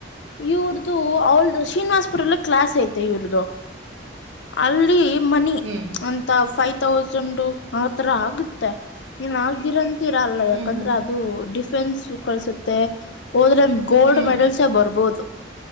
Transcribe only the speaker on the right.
ಹ್ಮ್
ಹ್ಮ್
ಹ್ಮ್
ಹ್ಮ್